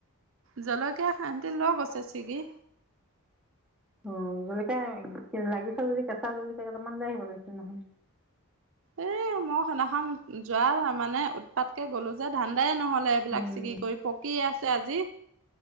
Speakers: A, on the right; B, in the centre.
A: জলকীয়া হেতি লৈ গৈছে ছিগি।
B: অ জলকিয়া লাগিছে যদি কেঁচা জলকিয়া কেইটামান লৈ আহিব লাগিছিল নহয়।
A: এ মই খেনাখন যোৱা মানে উৎপাতকে গ'লো যে ধান্দাই নহ'ল। এইবিলাক
B: উম
A: চিগি কৰি পকি আছে আজি